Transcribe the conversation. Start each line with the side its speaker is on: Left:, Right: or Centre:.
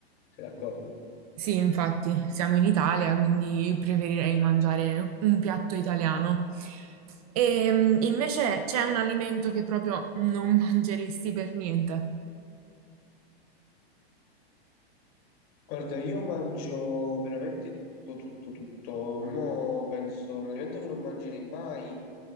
Left: sei d'accordo?
Right: sì, infatti, siamo in Italia, quindi preferirei mangiare un piatto italiano. E invece c'è un alimento che proprio non <laughs> mangeresti per niente.
Left: Guarda, io mangio veramente tutto, tutto, tutto. Mo' penso, un alimento che non mangerei mai,